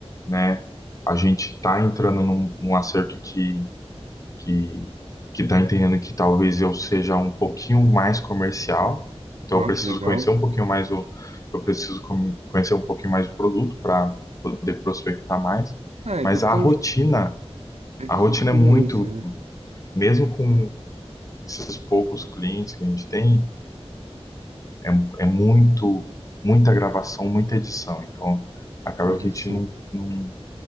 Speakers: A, on the left; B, on the right.
A: né? A gente está entrando num, num acerto que que que está entendendo que talvez eu seja um pouquinho mais comercial, então
B: Ó,
A: eu preciso
B: que legal.
A: conhecer um pouquinho mais o, eu preciso com- conhecer um pouquinho mais o produto para poder prospectar mais,
B: Ah, é
A: mas
B: questão
A: a rotina,
B: de É
A: a
B: questão
A: rotina
B: de experiência,
A: é muito,
B: né?
A: mesmo com esses poucos clientes que a gente tem, é, é muito, muita gravação, muita edição, então acaba
B: Hum,
A: que a gente
B: Sim,
A: não, não,